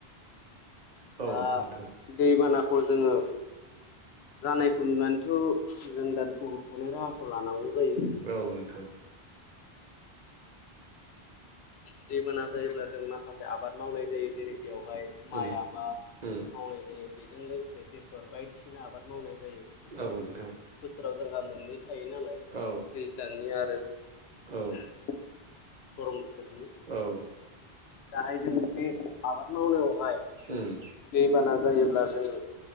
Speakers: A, on the right; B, on the left.
A: औ
B: दा
A: नोंथां
B: दैबानाखौ जोङो जानायखौ नुनानैथ' जों दा बेखौ होबथानाय राहाखौ लानांगौ जायो
A: औ नोंथां
B: दैबाना जायोब्ला जों माखासे आबाद मावनाय जायो जेरै बेवहाय
A: उम
B: माइ आबाद
A: उम
B: मावनाय जायो बेजों लोगोसे बेसर बायदिसिना आबाद मावनाय जायो <unintelligible>
A: औ
B: बोसोराव
A: नोंथां
B: जोंहा मोननै थायो नालाय
A: औ
B: दैज्लांनि आरो
A: औ उम
B: गरम बोथोरनि
A: औ
B: दाहाय जों बे आबाद मावनायावहाय
A: ओम
B: दैबाना जायोब्ला जोङो